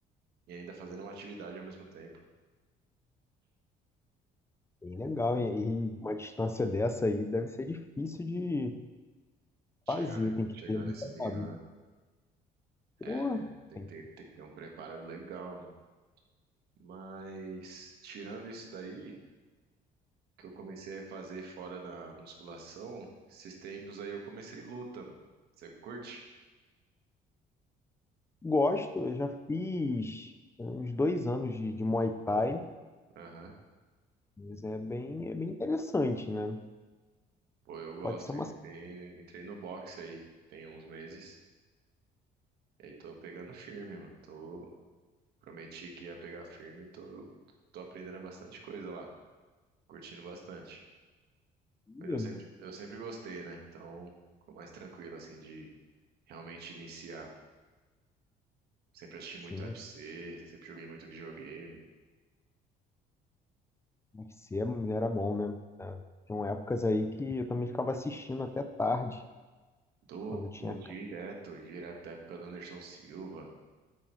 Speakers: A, on the right; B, on the left.
A: e ainda fazendo uma atividade ao mesmo tempo.
B: bem legal. E, e uma distância dessa aí deve ser difícil de
A: Chegar,
B: fazer,
A: né?
B: tem que
A: Chegar
B: ter muita
A: nesse nível,
B: cabeça.
A: né?
B: Pô,
A: É, tem, tem
B: tem-
A: que ter, tem que ter um preparo legal. Mas tirando isso daí, que eu comecei a fazer fora da musculação, esses tempos aí eu comecei luta, mano. Você curte?
B: Gosto, eu já fiz uns dois anos de, de Muay Thai,
A: Aham.
B: mas é bem, é bem interessante, né?
A: Pô, eu gosto.
B: Pode ser uma
A: Entrei, entrei no boxe aí, tem uns meses. E aí tô pegando firme, mano. Tô, prometi que ia pegar firme e tô, tô aprendendo bastante coisa lá. Curtindo bastante.
B: academia,
A: Mas eu sempre, eu sempre gostei, né? Então, ficou mais tranquilo, assim, de realmente iniciar. Sempre assisti muito
B: sim,
A: UFC, sempre joguei muito videogame.
B: UFC era bom, né? Ah, Tinham épocas aí que eu também ficava assistindo até tarde,
A: Do,
B: quando tinha
A: pô,
B: a
A: direto, direto da época do Anderson Silva,